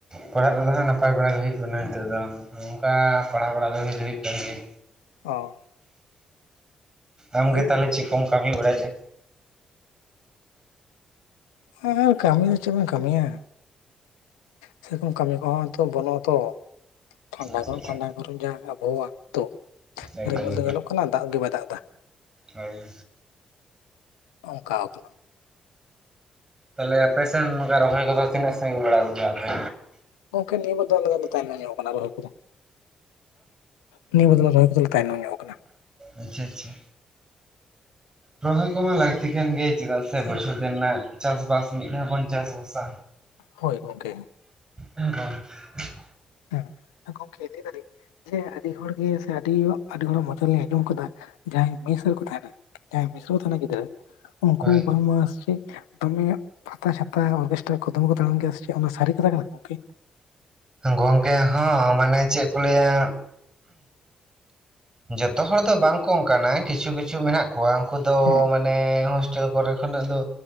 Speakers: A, on the right; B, on the left.
A: ᱯᱟᱲᱦᱟᱜ ᱠᱚᱫᱚ ᱦᱟᱸᱜ ᱱᱟᱯᱟᱭ ᱵᱟᱲᱟ ᱜᱮ ᱦᱩᱭᱩᱜ ᱠᱟᱱᱟ ᱱᱤᱛᱚᱜ ᱫᱚ᱾ ᱱᱚᱝᱠᱟ ᱯᱟᱲᱦᱟᱣ ᱵᱟᱲᱟ ᱫᱚ ᱦᱩᱭ ᱫᱚ ᱦᱩᱭᱩᱜ ᱠᱟᱱ ᱜᱮᱭᱟᱭ᱾
B: ᱚ
A: ᱟᱢᱜᱮ
B: ᱦᱳᱭ
A: ᱛᱟᱦᱞᱮ ᱪᱮᱫ ᱠᱚᱢ ᱠᱟᱹᱢᱤ ᱵᱟᱲᱟᱭᱮᱫ-ᱟ
B: ᱟᱨ ᱠᱟᱹᱢᱤ ᱫᱚ ᱪᱮᱫ ᱵᱚᱱ ᱠᱟᱹᱢᱤᱭᱟ ᱥᱮᱨᱚᱠᱚᱢ ᱠᱟᱹᱢᱤ ᱠᱚᱦᱚᱸ ᱱᱤᱛᱚ ᱵᱟᱹᱱᱩᱜᱼᱟ ᱛᱚ ᱴᱷᱟᱱᱰᱟ
A: ᱟᱪᱪᱷᱟ
B: ᱜᱚᱨᱚᱢ
A: ᱟᱪᱪᱷᱟ
B: ᱴᱷᱟᱱᱰᱟ ᱜᱚᱨᱚᱢ ᱡᱟ ᱟᱵᱚᱦᱣᱟ ᱱᱤᱛᱚᱜ
A: ᱮᱠᱫᱚᱢ
B: ᱨᱤᱢᱤᱞ ᱫᱚ
A: ᱮᱠᱫᱚᱢ
B: ᱧᱮᱞᱚᱜ ᱠᱟᱱᱟ ᱫᱟᱜ ᱜᱮ ᱵᱟᱭ ᱫᱟᱜ ᱮᱫᱟ
A: ᱦᱳᱭ
B: ᱚᱝᱠᱟᱣ ᱠᱟᱱᱟ
A: ᱛᱟᱦᱞᱮ ᱟᱯᱮᱥᱱ ᱱᱚᱝᱠᱟ ᱨᱚᱦᱚᱭ ᱠᱚᱫᱚ ᱛᱤᱱᱟᱹᱜ ᱥᱟᱺᱜᱤᱧ ᱵᱟᱲᱟ ᱞᱮᱜᱮᱭᱟ ᱟᱯᱮ
B: ᱜᱚᱝᱠᱮ ᱱᱤᱭᱟᱹ ᱵᱚᱫᱚᱞ ᱫᱚ ᱛᱟᱭᱚᱢᱱ ᱧᱚᱜ ᱠᱟᱱᱟ ᱵᱟᱹᱦᱩ ᱠᱚᱫᱚ ᱱᱤᱭᱟᱹ ᱠᱚᱫᱚᱞᱮ ᱨᱚᱦᱚᱭ ᱠᱚᱫᱚᱠᱮ ᱛᱟᱭᱱᱚᱢ ᱧᱚᱜ ᱠᱟᱱᱟ
A: ᱟᱪᱪᱷᱟ ᱟᱪᱪᱷᱟ ᱨᱚᱦᱚᱭ ᱠᱚᱢᱟ ᱞᱟᱹᱠᱛᱤ ᱠᱟᱱ ᱜᱮ ᱪᱮᱫᱟᱜ ᱥᱮ ᱵᱚᱪᱷᱚᱨ ᱫᱤᱱ ᱨᱮᱱᱟᱜ ᱪᱟᱥ ᱵᱟᱟᱥ ᱢᱤᱫ ᱫᱷᱟᱣ ᱵᱚᱱ ᱪᱟᱥᱟ
B: ᱦᱳᱭ ᱜᱚᱝᱠᱮ᱾
A: <unintelligible>
B: ᱦᱩᱸ ᱟ ᱠᱷ ᱛ ᱛᱟᱞ <unintelligible> ᱡᱮ ᱟᱹᱰᱤ ᱦᱚᱲ ᱜᱮ ᱥᱮ ᱟᱹᱰᱤ ᱟᱹᱰᱤ ᱦᱚᱲ ᱢᱚᱪᱟ ᱨᱤᱧ ᱟᱸᱡᱚᱢ ᱠᱟᱫᱟ ᱡᱟᱦᱟᱸᱭ ᱢᱤᱥ ᱨᱮᱠᱚ ᱛᱟᱦᱮᱱᱟ ᱦᱮᱸ ᱵᱤᱨᱦᱚ ᱛᱷᱟᱱᱟ ᱜᱤᱫᱽᱨᱟᱹ ᱩᱱᱠᱩ
A: ᱦᱳᱭ
B: ᱵᱟᱝᱢᱟ ᱪᱮᱫ ᱫᱚᱢᱮ ᱯᱷᱟᱛᱟ ᱪᱷᱟᱛᱟ ᱚᱨᱠᱮᱥᱴᱨᱟ ᱠᱚ ᱫᱚᱢᱮ ᱠᱚ ᱫᱟᱬᱟᱱ ᱜᱮᱭᱟ ᱥᱮ ᱪᱮᱫ ᱚᱱᱟ ᱥᱟᱹᱨᱤ ᱠᱟᱛᱷᱟ ᱠᱟᱱᱟ ᱜᱚᱝᱠᱮ
A: ᱜᱚᱝᱠᱮ ᱦᱚᱸ ᱢᱟᱱᱮ ᱪᱮᱫ ᱠᱚ ᱞᱟᱹᱭᱟ ᱡᱚᱛᱚ ᱦᱚᱲ ᱫᱚ ᱵᱟᱝ ᱠᱚ ᱚᱱᱠᱟᱱᱟ ᱠᱤᱪᱷᱩ ᱠᱤᱪᱷᱩ ᱢᱮᱱᱟᱜ ᱠᱚᱣᱟ ᱩᱱᱠᱩᱫᱚ
B: ᱦᱮᱸ
A: ᱢᱟᱱᱮ ᱦᱳᱥᱴᱮᱞ ᱠᱚᱨᱮ ᱠᱷᱚᱱᱟᱜ ᱫᱚ